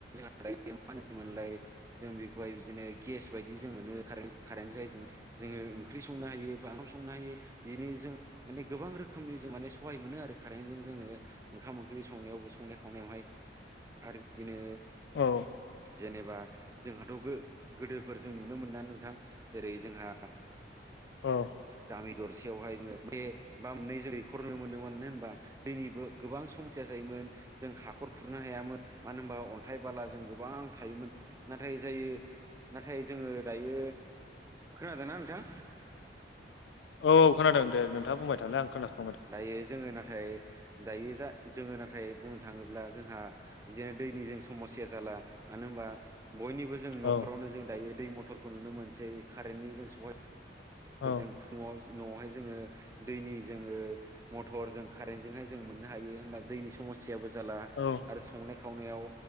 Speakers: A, on the right; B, on the left.
A: जै मा होनोमोनलाय <unintelligible> जों बेखौहाय बिदिनो गेस बायदि जों मोनो खारेन्टनि थाखायों जोङो ओंख्रि संनो हायो। बाम संनो हायो बिनो जों माने गोबां रोखोमनि जों माने सहाय मोनो आरो। खारेन्जों जोङो ओंखाम ओंख्रि संनायावबो संनाय खावनायावहाय आरो बिदिनो
B: औ
A: जेनेबा जोंहाथ' गोदोफोर जों नुनो मोना नोंथां। जेरै, जोंहा
B: अ
A: गामि दरसेयावहाय जोङो बे बा मोननै जै खरनो मोनोमोन होनबा दैनिबो गोबां समस्या जायोमोन जों हाखर खुरनो हायामोन मानो होनबा अन्थाइ, बाला जों गोबां थायोमोन नाथाय जायो नाथाय जोङो दायो खोनादोंना नोंथां?
B: औ खोनादों दे नोंथाङा बुंबाय थालाय आं खोनादों।
A: दायो जोङो नाथाय दायो जा जोङो नाथाय बुंनो थाङोब्ला जोंहा जनो दैनि जों समस्या जाला। मानो होनबा बयनिबो ज जों न'खरावनो
B: औ
A: जों दायो दै मथरखौ नुनो मोनसै कारेन्टनि जों सहाय
B: औ
A: जों न'आवहाय जोङो दैनि जोङो मटर जों कारेन्टजोंहाय जों मोननो हायो होमबा दैनि समस्याबो जाला
B: औ
A: आरो संनाय खावनायाव